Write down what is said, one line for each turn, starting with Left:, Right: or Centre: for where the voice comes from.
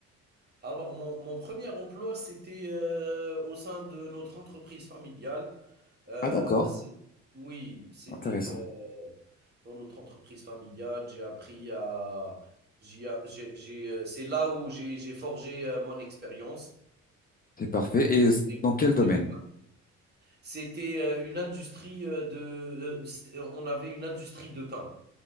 Right: Alors mon mon premier emploi, c'était, heu, au sein de notre entreprise familiale. Heu,
Left: Ah d'accord,
Right: c'est oui, c'était,
Left: intéressant.
Right: heu, dans notre entreprise familiale, j'ai appris à j'ai a j'ai j'ai, heu, c'est là où j'ai j'ai forgé, heu, mon expérience.
Left: C'est parfait. Et
Right: au Dé
Left: dans quel domaine?
Right: début de C'était euh, une industrie euh, de. euh, on avait une industrie de pain.